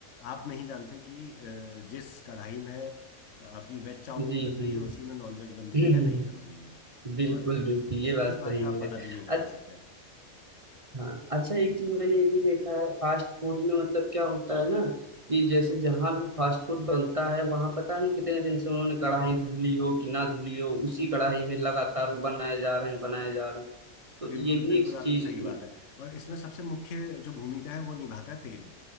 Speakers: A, on the left; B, on the right.
A: आप नहीं जानते कि अ, जिस कढ़ाई में अ, आपकी वेज चाउमीन
B: जी
A: बन रही
B: जी
A: है उसी में नॉन वेज बन
B: <laughs>
A: रही है या नहीं बन रही है
B: बिल्कुल
A: और
B: बिल्कुल ये
A: इस
B: बात सही
A: बात का आप
B: है
A: पता
B: अच्छा,
A: भी नहीं लगा सकते
B: हाँ अच्छा एक चीज मैंने ये भी देखा है फास्ट फूड में मतलब क्या होता है ना कि जैसे जहां भी फास्ट फूड बनता है वहां पता नहीं कितने दिन से उन्होंने कढ़ाई धुली हो कि ना धुली हो उसी कढ़ाई में लगातार वो बनाए जा रहे हैं बनाए जा रहे हैं तो
A: बिल्कुल
B: ये भी
A: बिल्कुल
B: एक
A: आपकी
B: चीज
A: सही बात है और इसमें सबसे मुख्य जो भूमिका है वो निभाता है तेल